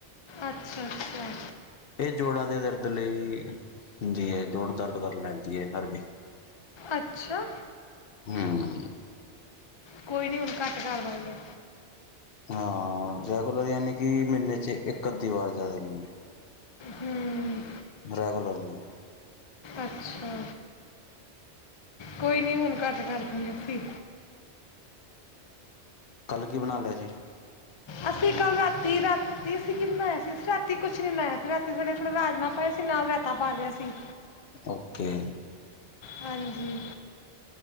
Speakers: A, on the left; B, on the left.
A: ਅੱਛਾ-ਅੱਛਾ।
B: ਇਹ ਜੋੜਾਂ ਦੇ ਦਰਦ ਲਈ, ਹੁੰਦੀ ਹੈ ਜੋੜ ਦਰਦ ਕਰਨ ਲੈਂਦੀ ਹੈ ਹਰ <unintelligible>
A: ਅੱਛਾ।
B: ਹੂੰ।
A: ਕੋਈ ਨਈਂ ਹੁਣ ਘੱਟ ਕਰ ਦਾਂਗੇ।
B: ਹਾਂ ਰੈਗੂਲਰ ਯਾਨੀ ਕਿ ਮਹੀਨੇ ਚ' ਇੱਕ-ਅੱਧੀ ਵਾਰ ਜ਼ਿਆਦਾ ਨੀਂ।
A: ਹੂੰ
B: ਰੈਗੂਲਰ ਨੀ।
A: ਅੱਛਾ, ਕੋਈ ਨੀਂ ਹੁਣ ਘੱਟ ਕਰਦਾਂ ਗੇ ਅਸੀਂ।
B: ਕੱਲ੍ਹ ਕੀ ਬਣਾ ਲਿਆ ਸੀ?
A: ਅਸੀਂ ਕੱਲ ਰਾਤੀ-ਰਾ ਤੀ ਅਸੀਂ ਕੀ ਬਣਾਇਆ ਸੀ, ਰਾਤੀ ਕੁਛ ਨੀਂ ਬਨਾਇਆ ਸੀ। ਰਾਤੀ ਥੋੜੇ ਰਾਜਮਾਂ ਪਏ ਸੀ, ਨਾਲ ਰੈਤਾ ਪਾ ਲਿਆ ਸੀ।
B: ਓਕੇ।
A: ਹਾਂਜੀ।